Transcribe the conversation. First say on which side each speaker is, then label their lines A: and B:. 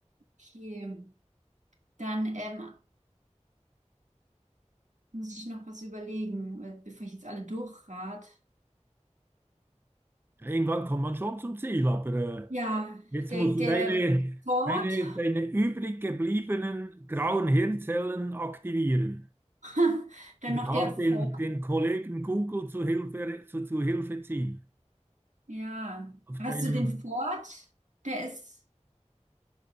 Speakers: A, on the right (about 80°); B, on the right (about 20°).
A: Okay. Dann ähm, muss ich noch was überlegen, weil- bevor ich jetzt alle durchrat.
B: Irgendwann kommt man schon zum Ziel, aber äh,
A: Ja,
B: jetzt
A: der,
B: musst
A: der
B: du deine,
A: Ford.
B: deine, deine übrig gebliebenen grauen Hirnzellen aktivieren.
A: <laughs> Dann
B: Oder
A: noch
B: halt
A: der Ford.
B: den, den Kollegen Google zu Hilfe, zu, zu Hilfe ziehen.
A: Ja.
B: Auf
A: Hast
B: deinem,
A: du den Ford? Der ist.